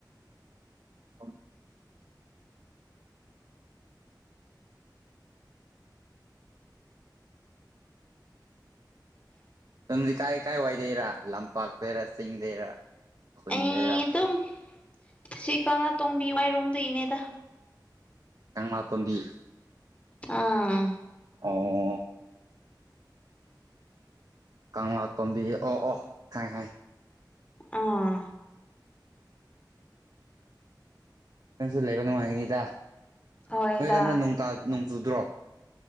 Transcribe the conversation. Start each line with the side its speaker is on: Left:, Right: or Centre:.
Right: ꯑ ꯌꯨꯝꯗꯤ ꯀꯥꯏ ꯂꯩꯀꯥꯏ ꯋꯥꯏꯗꯩꯔꯥ ꯂꯝꯄꯥꯛꯇꯔꯥ ꯆꯤꯡꯗꯩꯔꯥ ꯈꯨꯟꯗꯩꯔꯥ
Left: ꯑꯩ ꯑꯗꯨꯝ ꯁꯤ ꯀꯪꯂꯥꯇꯣꯡꯝꯕꯤ ꯋꯥꯏꯔꯣꯝꯗꯒꯤꯅꯦꯗ
Right: <unintelligible> ꯇꯣꯝꯕꯤ
Left: ꯑꯥ
Right: ꯑꯣ ꯀꯪꯂꯥ ꯇꯣꯝꯕꯤꯌꯦ ꯑꯣ ꯑꯣ ꯈꯥꯏ ꯈꯥꯏ
Left: ꯑꯥ
Right: ꯅꯪꯁꯨ ꯂꯩꯕ ꯅꯨꯡꯉꯥꯏꯒꯅꯤꯗ
Left: ꯍꯣꯏꯗ
Right: ꯅꯣꯏꯗꯝꯗ ꯅꯣꯡ ꯆꯨꯗ꯭ꯔꯣ